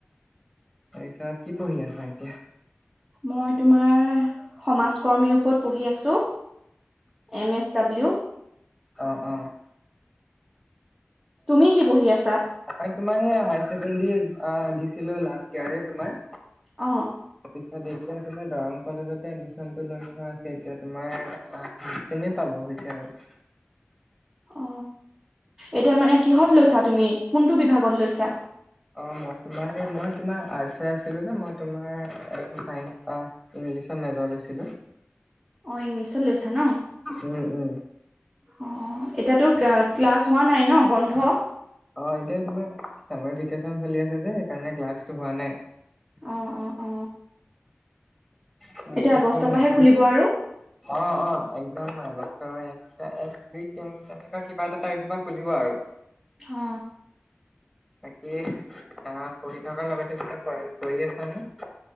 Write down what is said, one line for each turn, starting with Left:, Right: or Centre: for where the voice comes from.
Centre: তাপিছত কি পঢ়ি আছা এতিয়া?
Right: মই তোমাৰ সমাজ কৰ্মীৰ ওপৰত পঢ়ি আছো। M S W.
Centre: অ, অ, অ।
Right: তুমি কি পঢ়ি আছা?
Centre: মই তোমাৰ সেইয়া হায় ছেকেণ্ডৰী আ দিছিলো লাষ্ট ইয়াৰে তোমাৰ।
Right: অ।
Centre: তাৰপিছত এতিয়া তোমাৰ দৰং কলেজতে এডমিচনটো লৈ থোৱা আছে। এতিয়া তোমাৰ চিনে পাব হৈছে আৰু।
Right: অ, এতিয়া মানে কিহত লৈছা তুমি? কোনটো বিভাগত লৈছা?
Centre: অ মই তোমাৰ সেই মই তোমাৰ আৰ্টচৰ আছিলো যে মই তোমাৰ <unintelligible> ইংলিছত মেজৰ লৈছিলো।
Right: অ ইংলিছত লৈছা ন?
Centre: উম, উম।
Right: অ, এতিয়াটো অ ক্লাছ হোৱা নাই ন বন্ধ?
Centre: অ এতিয়া তোমাৰ চামাৰ ভেকেচন চলি আছে যে সেইকাৰণে ক্লাছটো হোৱা নাই।
Right: অ-অ-অ।
Centre: তাৰপিছত
Right: এতিয়া আগষ্টৰ পৰাহে খুলিব আৰু।
Centre: অ-অ একদম আগষ্ট <unintelligible> চা এক, দুই, তিন, চাৰি তেনেকুৱা কিবা এটা তাৰিখৰ পৰা খুলিব আৰু।
Right: অ।
Centre: বাকী আ পঢ়ি থকাৰ লগতে কিবা কৰা কৰি আছানে?